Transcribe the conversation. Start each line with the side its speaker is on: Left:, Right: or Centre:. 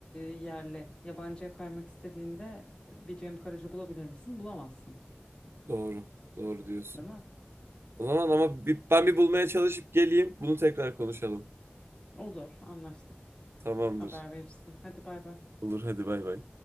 Left: yerli, yabancıya kaymak istediğinde bir Cem Karaca bulabilir misin? Bulamazsın,
Right: Doğru. Doğru diyorsun.
Left: değil mi?
Right: O zaman ama bir, ben bir bulmaya çalışıp geleyim. Bunu tekrar konuşalım.
Left: Olur, anlaştık.
Right: Tamamdır.
Left: Haber verirsin. Hadi bay bay.
Right: Olur hadi bay bay.